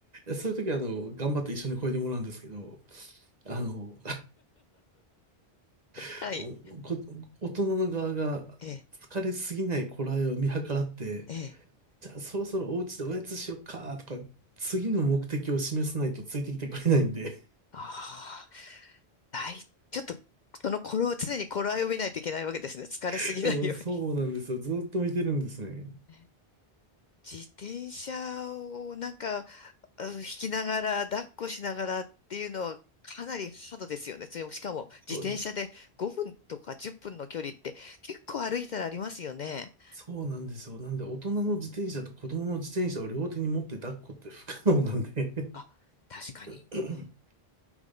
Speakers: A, on the right; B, on the left.
A: そういう時はあの、頑張って一緒に漕いでもらうんですけど、あの、<laughs>
B: はい。
A: こ大人の側が
B: ええ、
A: 疲れすぎない頃合いを見計らって、
B: ええ。
A: じゃあそろそろお家でおやつしよっかとか、次の目的を示さないとついてきてくれないんで、
B: ああ、大ちょっと、その頃を、常に頃合いを見ないといけないわけですね。疲れすぎないように。
A: <laughs> でもそうなんですよ。ずっと見てるんですね。
B: <laughs> ね自転車をなんか、あの引きながら、抱っこしながらっていうのはかなりハードですよね。それも、しかも自転車で5分とか10分の距離って結構歩いたらありますよね。
A: そう、そうなんですよ。なんで大人の自転車と子供の自転車を両手に持って抱っこって不可能なんで
B: あ、確かに。
A: <laughs>
B: うん。